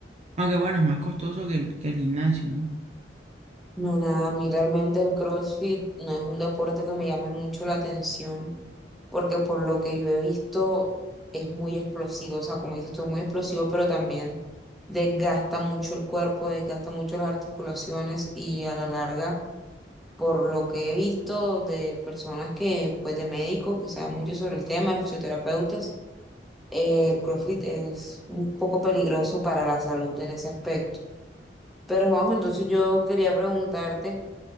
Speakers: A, on the right (about 40°); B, in the centre.
A: aunque bueno, es más costoso que el, que el gimnasio, ¿no?
B: No, nada, a mí realmente el CrossFit no es un deporte que me llame mucho la atención. porque por lo que yo he visto es muy explosivo, o sea, como dices tú, es muy explosivo, pero también desgasta mucho el cuerpo, desgasta mucho las articulaciones y a la larga, por lo que he visto de personas que, pues de médicos que saben mucho sobre el tema, de fisioterapeutas, eh, el CrossFit es un poco peligroso para la salud en ese aspecto. Pero Juanjo, entonces yo quería preguntarte.